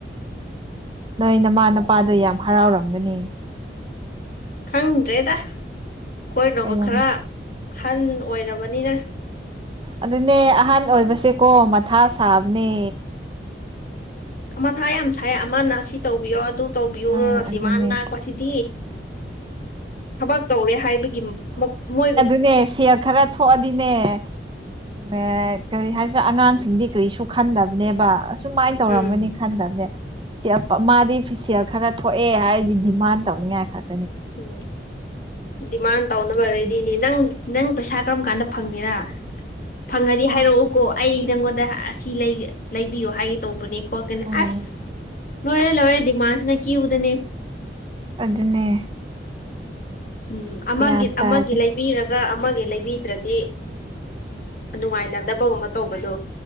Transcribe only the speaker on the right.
ꯅꯣꯏ ꯅꯃꯥ ꯅꯄꯥꯗꯣ ꯌꯥꯝ ꯍꯔꯥꯎꯔꯝꯒꯅꯤ
ꯑꯣꯏꯔꯝ
ꯑꯗꯨꯅꯦ ꯑꯍꯜ ꯑꯣꯏꯕꯁꯦꯀꯣ ꯃꯊꯥ ꯁꯥꯕꯅꯦ
ꯑ ꯑꯗꯨꯅꯦ
ꯅꯦ ꯁꯦꯟ ꯈꯔ ꯊꯣꯛꯑꯗꯤꯅꯦ ꯅꯦ ꯀꯔꯤ ꯍꯥꯏꯁꯤꯔꯥ ꯑꯉꯥꯡꯁꯤꯡꯗꯤ ꯀꯔꯤꯁꯨ ꯈꯟꯗꯕꯅꯦꯕ ꯑꯁ ꯁꯨꯃꯥꯏ ꯇꯧꯔꯝꯒꯅꯤ
ꯈꯟꯗꯕꯅꯦ <unintelligible> ꯃꯥꯗꯤ ꯁꯦꯜ ꯈꯔ ꯊꯣꯛꯑꯦ ꯍꯥꯏꯔꯗꯤ ꯗꯤꯃꯥꯟ ꯇꯧꯅꯤꯡꯉꯥꯏ ꯈ-
ꯎꯝ
ꯑꯗꯨꯅꯦ
ꯒ꯭ꯌꯥꯟ ꯇꯥꯗꯦ